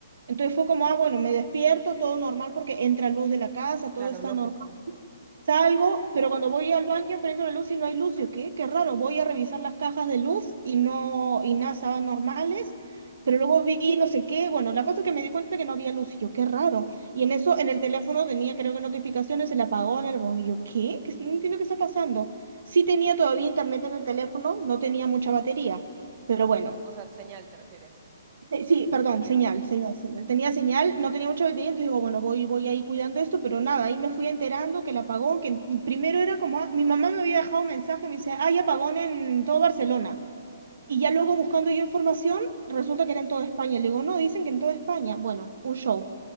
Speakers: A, on the right (about 65°); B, on the right (about 30°).
A: Entonces fue como, ah, bueno, me despierto, todo normal porque entra luz de la casa, todo
B: Claro,
A: está
B: lógico.
A: normal. Salgo, pero cuando voy al baño prendo la luz y no hay luz. Yo, ¿qué? Qué raro. Voy a revisar las cajas de luz y no, y nada, estaban normales. Pero luego vi no sé qué. Bueno, la cosa es que me di cuenta que no había luz. Y yo, qué raro. Y en eso, en el teléfono tenía, creo que notificaciones, el apagón, el apagón. Y yo, ¿qué? ¿Qué? No entiendo qué está pasando. Sí tenía todavía internet en el teléfono, no tenía mucha batería. Pero bueno.
B: O sea, señal, ¿te refieres?
A: Sí, sí, perdón,
B: Ya.
A: señal, señal, señal. Tenía señal, no tenía mucha batería, entonces digo, bueno, voy, voy ahí cuidando esto, pero nada, ahí me fui enterando que el apagón, que primero era como, ah, mi mamá me había dejado un mensaje, me dice, hay apagón en todo Barcelona. Y ya luego buscando yo información, resulta que era en toda España. Le digo, no, dicen que en toda España. Bueno, un show.